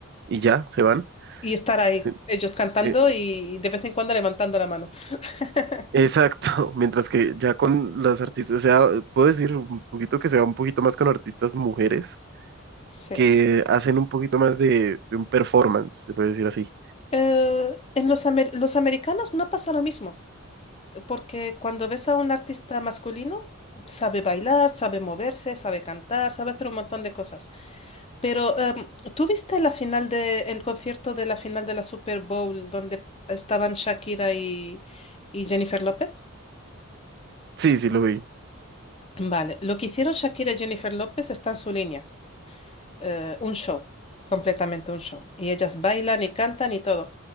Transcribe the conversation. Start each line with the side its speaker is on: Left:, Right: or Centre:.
Right: y ya, se van.
Left: Y estar ahí,
Right: Sí,
Left: ellos cantando
Right: eh,
Left: y de vez en cuando levantando la mano. <laughs>
Right: exacto. <laughs> Mientras que ya con las artistas, o sea, puedo decir un poquito que se va un poquito más con artistas mujeres
Left: Sí.
Right: que hacen un poquito más de, de un performance, se puede decir así.
Left: Eh, en los, amer- los americanos no pasa lo mismo, porque cuando ves a un artista masculino, sabe bailar, sabe moverse, sabe cantar, sabe hacer un montón de cosas. Pero, em, ¿tú viste la final de, el concierto de la final de la Super Bowl donde estaban Shakira y, y Jennifer López?
Right: Sí, sí, lo vi.
Left: Vale, lo que hicieron Shakira y Jennifer López está en su línea, eh, un show, completamente un show. Y ellas bailan y cantan y todo.